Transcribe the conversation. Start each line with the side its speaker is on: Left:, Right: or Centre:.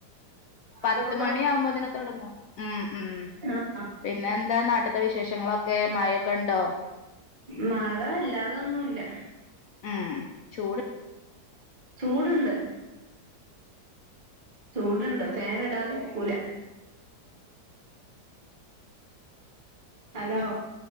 Left: പത്ത്
Right: അതൊക്കെ
Left: മണിയാകുമ്പോത്തിന്. തുടങ്ങും ഉം ഉം
Right: അഹ് അഹ്
Left: പിന്നെന്താ നാട്ടിത്തെ വിശേഷങ്ങളൊക്കെ മഴൊക്കെ ഉണ്ടോ?
Right: മഴ വല്ലാതൊന്നുല്ലാ
Left: ഉം ചൂട്
Right: ചൂടുണ്ട് ചൂടുണ്ട് ഫാൻ ഇടാതെ നിക്കൂലാ ഹലോ